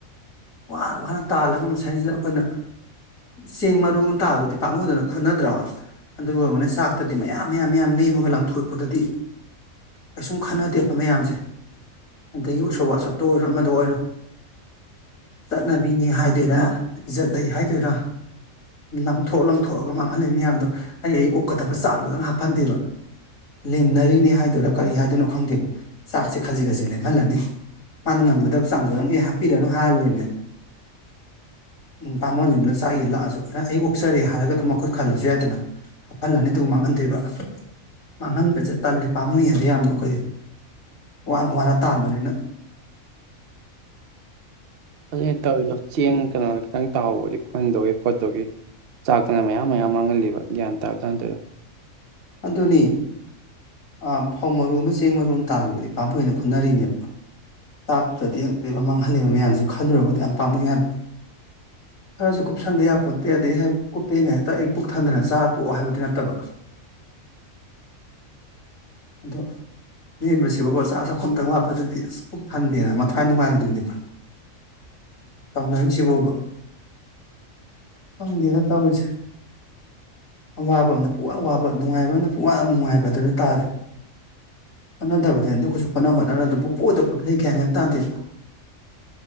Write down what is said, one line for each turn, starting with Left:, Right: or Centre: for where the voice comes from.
Left: ꯋꯥꯅ ꯋꯥꯅ ꯇꯥꯜꯂꯒ ꯃꯁꯥꯏꯁꯤꯗ ꯑꯩꯈꯣꯏꯅ ꯆꯦꯡ ꯃꯔꯨ ꯑꯃ ꯇꯥꯕꯗꯗꯤ ꯄꯥꯝꯃꯨꯗꯨꯅ ꯈꯨꯟꯅꯗ꯭ꯔꯣ ꯑꯗꯨꯒ ꯑꯩꯈꯅ ꯆꯥꯛꯇꯗꯤ ꯃꯌꯥꯝ ꯃꯌꯥꯝ ꯃꯌꯥꯝ ꯂꯦꯝꯃꯒ ꯂꯪꯊꯣꯛꯄꯗꯗꯤ ꯀꯩꯁꯨꯝ ꯈꯟꯅꯗꯦꯕ ꯃꯌꯥꯝꯁꯦ ꯑꯗꯒꯤ ꯎꯁꯣꯞꯕꯥ ꯑꯁꯣꯞꯇ ꯑꯣꯏꯔꯣ ꯑꯃꯗ ꯑꯣꯏꯔꯣ ꯆꯠꯅꯕꯤꯅꯤ ꯍꯥꯏꯗꯣꯏꯔꯥ ꯏꯖꯠ ꯂꯩ ꯍꯥꯏꯗꯣꯏꯔꯥ ꯂꯪꯊꯣꯛ ꯂꯪꯊꯣꯛꯑꯒ ꯃꯥꯡꯍꯜꯂꯤ ꯃꯌꯥꯝꯗꯣ ꯑꯩ ꯑꯩ ꯑꯣꯛꯀꯗꯕ ꯆꯥꯡꯗꯨꯗꯪ ꯍꯥꯞꯍꯟꯗꯦꯕ ꯂꯦꯝꯅꯔꯤꯅꯦ ꯍꯥꯏꯗꯨꯣꯏꯔꯥ ꯀꯔꯤ ꯍꯥꯏꯗꯣꯏꯅꯣ ꯈꯪꯗꯦ ꯆꯥꯛꯁꯦ ꯈꯖꯤꯛ ꯈꯖꯤꯛ ꯃꯥꯡꯍꯜꯂꯅꯤ ꯃꯥꯅ ꯉꯝꯒꯗꯕ ꯆꯥꯡꯗꯨꯣ ꯅꯪ ꯑꯦ ꯍꯥꯞꯄꯤꯔꯅꯨ ꯍꯥꯍꯜꯂꯣꯏꯔꯅꯦ ꯎ ꯄꯥꯃꯣꯟꯁꯤꯡꯗꯨꯅ ꯆꯥꯛ ꯌꯦ ꯂꯥꯛꯑꯁꯨ ꯑꯩ ꯑꯣꯛꯆꯔꯦ ꯍꯥꯏꯔꯒ ꯑꯗꯨꯝ ꯃꯈꯨꯠ ꯈꯜꯂꯁꯨ ꯌꯥꯏꯗꯅ ꯍꯥꯞꯍꯜꯂꯅꯤ ꯑꯗꯨꯒ ꯃꯥꯡꯍꯟꯗꯣꯏꯕ ꯃꯥꯡꯍꯟꯕꯁꯦ ꯇꯜꯂꯤꯦ ꯄꯥꯝꯃꯨ ꯍꯥꯏꯕ ꯌꯥꯝꯅ ꯑꯩꯈꯣꯏ ꯋꯥꯅ ꯋꯥꯅ ꯇꯥꯟꯕꯅꯤꯅ
Right: ꯑꯗꯨ ꯇꯧꯔꯤꯗꯣ ꯆꯦꯡ ꯀꯩꯅꯣꯗ ꯈꯤꯇꯪ ꯇꯥꯎꯍꯧꯕꯗꯤ ꯈꯟꯗꯧꯒꯦ ꯈꯣꯠꯇꯧꯒꯦ ꯆꯥꯛꯇꯅ ꯃꯌꯥꯝ ꯃꯌꯥꯝ ꯃꯥꯡꯍꯜꯂꯤꯕ ꯒ꯭ꯌꯥꯟ ꯇꯥꯕꯖꯥꯟꯗꯨꯗ
Left: ꯑꯗꯨꯅꯤ ꯑ ꯐꯧ ꯃꯔꯨ ꯑꯃ ꯆꯦꯡ ꯃꯔꯨ ꯑꯃ ꯇꯥꯒꯤꯈꯤꯕꯗꯤ ꯄꯥꯝꯕ ꯑꯣꯏꯅ ꯈꯨꯅꯔꯤꯅꯦꯕ ꯆꯥꯛꯇ꯭ꯔꯗꯤ ꯏꯉꯛꯇꯣꯏꯕ ꯃꯥꯡꯍꯜꯂꯤꯂꯛꯕ ꯃꯌꯥꯝꯁꯦ ꯈꯜꯂꯨꯔꯒꯗꯤ ꯌꯥꯝ ꯄꯥꯝꯃꯨꯏ ꯍꯥꯏꯕ
Right: <inaudible>
Left: ꯈꯔꯁꯨ ꯀꯨꯞꯁꯟꯗꯦ ꯍꯥꯏꯄꯣꯠꯇꯦ ꯑꯗꯩ ꯍꯦꯛ ꯀꯨꯞꯄꯦꯅ ꯍꯦꯛꯇ ꯑꯩ ꯄꯨꯛ ꯊꯟꯗꯅ ꯆꯥ ꯇꯣꯛꯑꯣ ꯍꯥꯏꯕꯗꯤ ꯅꯠꯇꯕ
Right: <inaudible>
Left: ꯑꯗꯣ ꯂꯦꯝꯕꯁꯤꯕꯨꯕ ꯆꯥꯛ ꯆꯥꯛꯈꯣꯝ ꯑꯝꯇꯪ ꯋꯥꯠꯄꯗꯗꯤ ꯑꯁ ꯄꯨꯛ ꯊꯟꯗꯦꯅ ꯃꯊ꯭ꯋꯥꯏ ꯅꯨꯡꯉꯥꯏꯔꯗꯣꯏꯅꯦꯕ ꯇꯧꯅꯍꯟꯁꯤꯕꯣꯕ ꯈꯪꯗꯦꯗ ꯇꯧꯔꯤꯁꯦ ꯑꯋꯥꯕ ꯑꯃꯅ ꯄꯨ ꯋꯥ ꯋꯥꯕ ꯅꯨꯡꯉꯥꯏꯕꯅ ꯄꯨꯡ ꯋꯥ ꯅꯨꯡꯉꯥꯏꯕ ꯑꯗꯨꯗ ꯇꯥꯔꯦ ꯍꯣꯠꯅꯗꯕꯗ ꯍꯧꯖꯤꯛ ꯍꯣꯠꯅ ꯍꯣꯠꯅꯔ ꯄꯪ ꯄꯨꯗ ꯄꯨꯠꯊꯩ ꯒ‌꯭ꯌꯥꯟ ꯃꯦꯟ ꯇꯥꯗꯦ